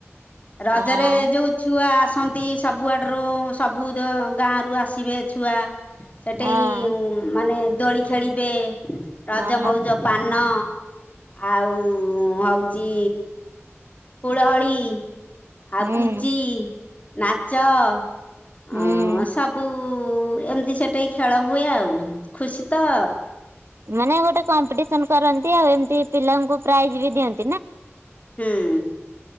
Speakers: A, on the left; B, on the right.
A: ରଜରେ
B: ଆଁ
A: ଯୋଉ ଛୁଆ ଆସନ୍ତି ସବୁଆଡ଼ରୁ ସବୁ ଗାଁ ରୁ ଆସିବେ ଛୁଆ। ସେଠେଇ
B: ହଁ
A: ମାନେ ଦୋଳି ଖେଳିବେ ରଜ
B: ହଁ
A: ମଉଜ ପାନ ଆଉ ହଉଚି ହୁଳହୁଳି ଆଉ
B: ହୁଁ
A: ପୁଚି, ନାଚ ଅ
B: ହୁଁ
A: ସବୁ ଏମିତି ସେଠିକି ଖେଳ ହୁଏ ଆଉ ଖୁସି ତ।
B: ମାନେ ଗୋଟେ କମ୍ପିଟିସନ୍ କରନ୍ତି ଆଉ ଏମିତି ପିଲାଙ୍କୁ ପ୍ରାଇଜି ବି ଦିଅନ୍ତି।
A: ହୁଁ।